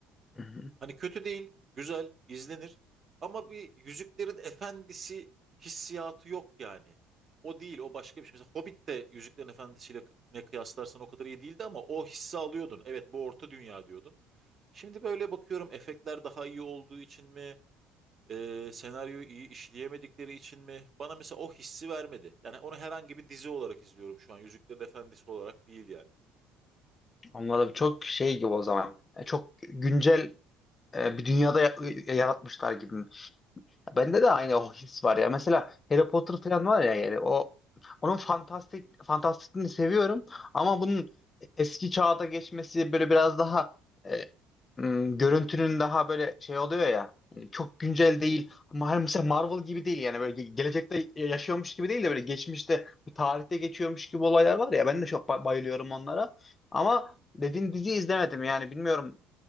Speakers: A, on the left (about 30°); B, on the right (about 35°).
A: Hı hı.
B: Hani kötü değil, güzel, izlenir. Ama bir Yüzüklerin Efendisi hissiyatı yok yani. O değil, o başka bir şey. Mesela Hobbit de Yüzüklerin Efendisi'yle ne kıyaslarsan o kadar iyi değildi ama o hissi alıyordun. Evet, bu orta dünya diyordun. Şimdi böyle bakıyorum efektler daha iyi olduğu için mi, e, senaryoyu iyi işleyemedikleri için mi? Bana mesela o hissi vermedi. Yani onu herhangi bir dizi olarak izliyorum şu an. Yüzüklerin Efendisi olarak değil yani.
A: Onlar da çok şey gibi o zaman. E, Çok güncel e, bir dünyada ya- yaratmışlar gibi Bende de aynı o his var ya. Mesela Harry Potter falan var ya yani o onun fantastik fantastikliğini seviyorum ama bunun eski çağda geçmesi böyle biraz daha e, m, görüntünün daha böyle şey oluyor ya. yani Çok güncel değil. Ama her- Mesela Marvel gibi değil yani böyle ge- gelecekte yaşıyormuş gibi değil de böyle geçmişte bir tarihte geçiyormuş gibi olaylar var ya ben de çok ba- bayılıyorum onlara. Ama dediğin diziyi izlemedim yani bilmiyorum.